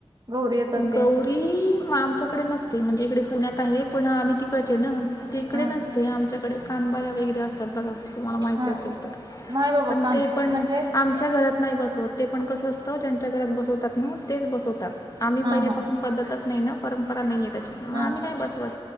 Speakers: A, on the right; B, on the left.
A: गौरी येतात ते
B: गौरी आमच्याकडे नसते म्हणजे इकडे पुण्यात आहे, पण आम्ही तिकडचे ना. इकडे
A: हा
B: नसते, आमच्याकडे कानबाया वगैरे असतात बघा. तुम्हाला माहिती
A: हा
B: असेल तर,
A: नाही बाबा
B: पण
A: कान
B: ते पण
A: म्हणजे
B: आम च्या घरात नाही बसवत ते, पण कसं असतं ज्यांच्या घरात बसवतात ना तेच बसवतात. आम्ही
A: हा
B: पहिल्या
A: हा
B: पासून पद्धतच नाही ना, परंपरा नाही आहेे तशी मग
A: हा
B: आम्ही नाही बसवत.